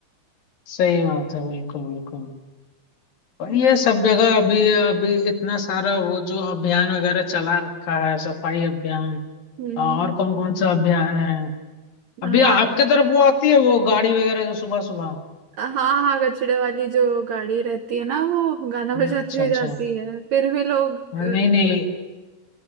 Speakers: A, on the left (about 70°); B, on the right (about 75°).
A: सही बात है बिल्कुल बिल्कुल और
B: बस
A: ये सब जगह अभी अभी इतना सारा वो जो अभियान वगैरह चला रखा है सफाई अभियान
B: हम्म
A: और कौन कौन सा अभियान है
B: हाँ
A: अभी आपके तरफ वो आती है वो गाड़ी वगैरह जो सुबह सुबह
B: हाँ हाँ कचड़े वाली जो गाड़ी रहती है ना वो गाना बजाती
A: अच्छा
B: हुई
A: अच्छा
B: जाती है फिर भी लोग
A: हाँ,
B: अ,
A: नहीं नहीं